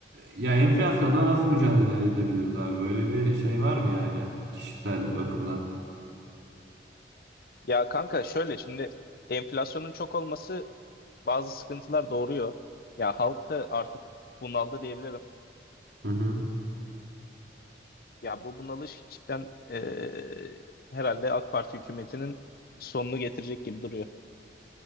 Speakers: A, on the right (about 75°); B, on the left (about 55°).
A: ya enflasyonla nasıl mücadele edebiliriz abi? Böyle bir şey var mı yani kişisel bakımdan?
B: Ya kanka şöyle şimdi enflasyonun çok olması bazı sıkıntılar doğuruyor. Ya halk da artık bunaldı diyebilirim.
A: Hı hı.
B: Ya bu bunalış cidden eee, herhalde AK Parti hükümetinin sonunu getirecek gibi duruyor.